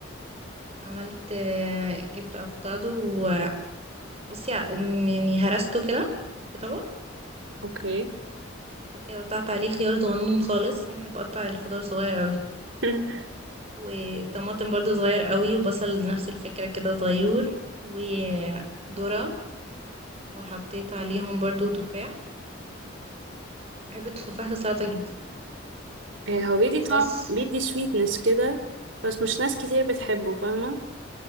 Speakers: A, on the right; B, on the right.
A: عملت آه، جبت افوكادو بصي ع- م- يعني هرسته كده في طبق
B: اوكي
A: بعد كده قطعت عليه خيار صغنون خالص انا بحب اقطع الخضار صغير قوي
B: <laughs>
A: وطماطم برضو صغير قوي وبصل نفس الفكرة كده صغير وذرة وحطيت عليهم برضو تفاح بحب التفاح في السلطة جدا
B: آه هو بيدي
A: وخس
B: طعم بيدي سويتنس كده بس مش ناس كتير بتحبه فاهمة